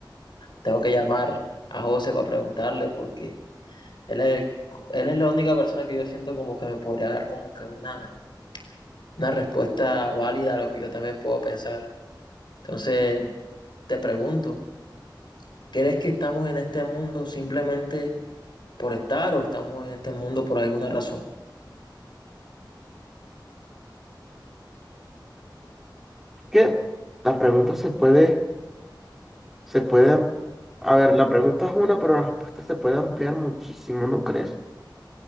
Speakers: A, on the left (about 70°); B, in the centre.
A: tengo que llamar a José para preguntarle, porque él es, él es la única persona que yo siento como que me podría dar como que una, una respuesta válida a lo que yo también puedo pensar. Entonces, te pregunto, ¿crees que estamos en este mundo simplemente por estar o estamos en este mundo por alguna razón.
B: Es que la pregunta se puede, se puede, am- a ver, la pregunta es una, pero la respuesta se puede ampliar muchísimo, ¿no crees?